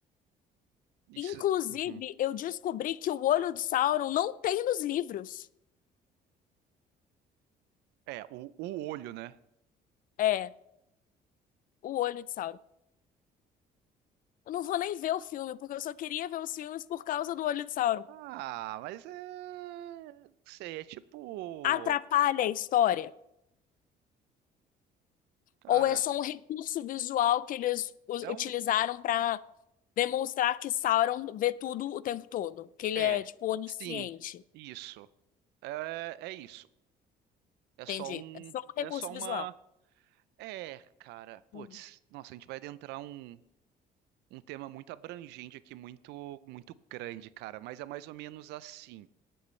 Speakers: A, on the right; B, on the left.
A: Isso.
B: Inclusive,
A: Uhum.
B: eu descobri que o olho de Sauron não tem nos livros.
A: É, o, o olho, né?
B: É, o olho de Sauron. Eu não vou nem ver o filme, porque eu só queria ver os filmes por causa do olho de Sauron.
A: Ah, mas é. Não sei, é tipo.
B: Atrapalha a história?
A: Cara,
B: Ou é só um recurso visual que eles u-
A: é
B: utilizaram
A: um.
B: para demonstrar que Sauron vê tudo o tempo todo, que ele
A: É.
B: é, tipo, onisciente.
A: Sim, isso. É, é isso. É
B: Entendi.
A: só um.
B: É só um
A: É
B: recurso
A: só
B: visual.
A: uma. É, cara. Putz,
B: Uhum.
A: nossa, a gente vai adentrar um, um tema muito abrangente aqui, muito, muito grande, cara. Mas é mais ou menos assim.